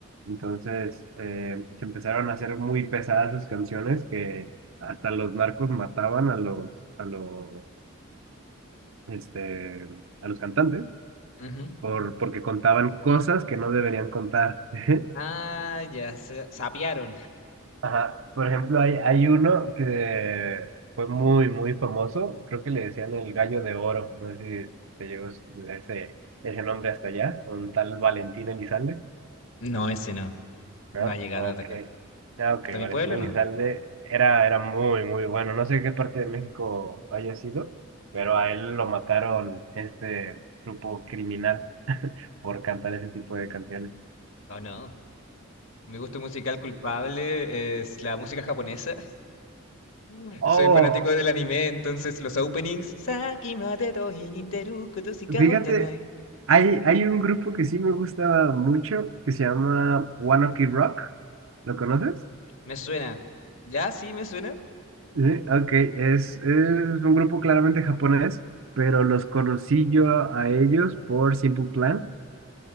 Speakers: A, on the right; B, on the left.
A: Entonces, eh, se empezaron a hacer muy pesadas sus canciones que hasta los narcos mataban a los, a los, este, a los cantantes
B: Ujú.
A: por, porque contaban cosas que no deberían contar. <laughs>
B: Ah, ya, se sapearon.
A: Ajá. Por ejemplo, hay, hay uno que fue muy, muy famoso. Creo que le decían el gallo de oro. No sé si te llegó ese, ese nombre hasta allá. Un tal Valentín Elizalde.
B: No, ese no.
A: ¿No?
B: No ha llegado
A: Ok.
B: hasta acá.
A: Ah, ok.
B: ¿Hasta mi
A: Valentín
B: pueblo
A: Elizalde
B: no?
A: era, era muy, muy bueno. No sé qué parte de México haya sido, pero a él lo mataron este grupo criminal por cantar ese tipo de canciones.
B: Oh no? Mi gusto musical culpable es la música japonesa. Mm.
A: Oh,
B: Soy fanático del anime, entonces los openings. "Saki mateto interu koto shikao
A: Fíjate,
B: yanai".
A: hay, hay un grupo que sí me gusta mucho que se llama One Ok Rock. ¿Lo conoces?
B: Me suena. Ya sí, me suena.
A: Sí, ok, es, es un grupo claramente japonés, pero los conocí yo a ellos por Simple Plan.